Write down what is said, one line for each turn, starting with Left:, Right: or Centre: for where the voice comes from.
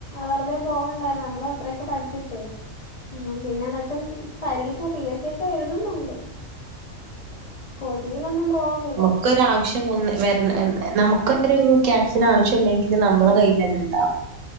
Left: വെറുതെ പോവണ്ടാലോ നമ്മള അത്രയൊക്കെ പഠിച്ചിട്ടേ നമ്മൾ പിന്നെ ന്നിട്ടും പരീക്ഷ പി എസ് സി ഒക്കെ എഴുതുന്നുണ്ട് കോച്ചിങ്ങിനൊന്നും പോവുന്നി
Right: ക്ക് ഒരാവശ്യം വര നമുക്കൊരു ക്യാഷിന് ആവശ്യം ഉണ്ടെങ്കിനമ്മളെ കയ്യിൽ അത് ഇണ്ടാവും